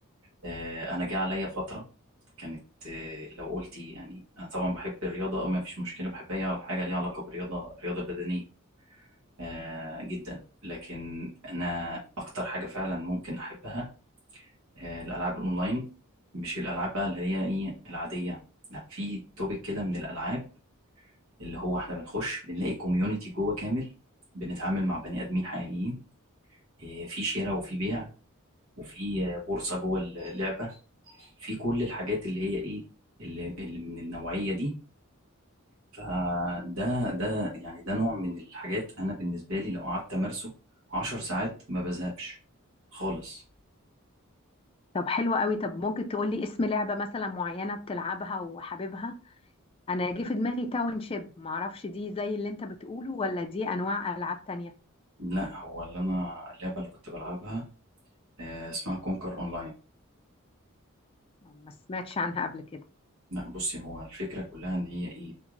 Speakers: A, on the right; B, on the left.
A: آه أنا جه عليا فترة كانت آه لو قلتي يعني أنا طبعا بحب الرياضة أو ما فيش مشكلة بحب أي حاجة ليها علاقة بالرياضة رياضة بدنية آه جدا لكن أنا أكتر حاجة فعلا ممكن أحبها آه الألعاب الأونلاين مش الألعاب بقى اللي هي إيه العادية لا في توبيك كده من الألعاب اللي هو احنا بنخش بنلاقي كوميونتي جوه كامل بنتعامل مع بني ادمين حقيقيين إيه، في شراء وفي بيع وفي آه، بورصه جوه اللعبه في كل الحاجات اللي هي ايه اللي, اللي من النوعيه دي فده ده يعني ده نوع من الحاجات انا بالنسبه لي لو قعدت امارسه 10 ساعات ما بزهقش خالص
B: طب حلو قوي طب ممكن تقولي اسم لعبة مثلا معينة بتلعبها وحاببها انا جه في دماغي تاون شيب معرفش دي زي اللي انت بتقوله ولا دي انواع العاب تانية
A: لا هو اللي انا اللعبه اللي كنت بلعبها آه، اسمها كونكر اونلاين
B: ما سمعتش عنها قبل كده
A: لا بصي هو الفكره كلها ان هي ايه